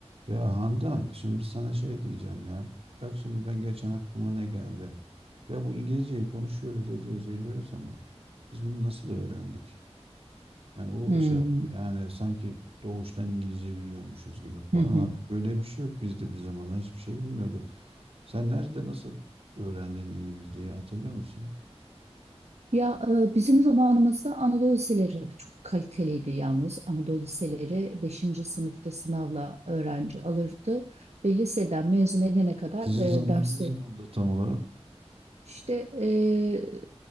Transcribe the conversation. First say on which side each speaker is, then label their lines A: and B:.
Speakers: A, on the right; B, on the right.
A: Ya Handan şimdi sana şey diyeceğim ya. Bak şimdi ben geçen aklıma ne geldi. Ya bu İngilizceyi konuşuyoruz ediyoruz ediyoruz ama biz bunu nasıl öğrendik? Yani o
B: Hmm.
A: şey yaptı. Yani sanki doğuştan İngilizce biliyormuşuz gibi falan.
B: Hı hı.
A: Halbuki Öyle bir şey yok. Biz de bir zamanlar hiçbir şey bilmiyorduk. Sen nerede nasıl öğrendin İngilizceyi hatırlıyor musun?
B: Ya e, bizim zamanımızda Anadolu liseleri çok kaliteliydi yalnız. Anadolu liseleri beşinci sınıfta sınavla öğrenci alırdı ve liseden mezun edene kadar
A: Sizin
B: e,
A: zaman
B: dersler
A: ne zamandı tam olarak?
B: işte e,